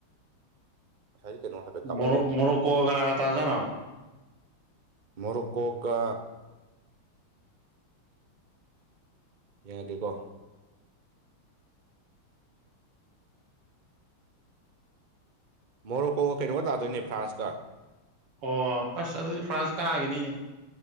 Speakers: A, on the right; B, on the right.
A: ꯍꯥꯏꯥꯏ ꯀꯩꯅꯣ ꯍꯥꯏꯐꯦꯠ ꯀꯥꯞꯍꯧꯕꯅꯤ
B: ꯃ ꯃꯔ ꯀꯣ ꯀꯅꯥ ꯀ ꯇꯖꯅꯣ
A: ꯃꯔꯛꯀꯣꯒ ꯌꯦꯡꯉꯒꯦꯀꯣ ꯃꯣꯔꯣꯀꯣꯒ ꯀꯩꯅꯣꯒ ꯇꯥꯗꯣꯏꯅꯦ ꯐ꯭ꯔꯥꯟꯁꯀ
B: ꯑꯣ ꯑꯁ ꯑꯗꯨꯗꯤ ꯐ꯭ꯔꯥꯟꯁ ꯀꯥꯑꯒꯅꯤꯅꯦ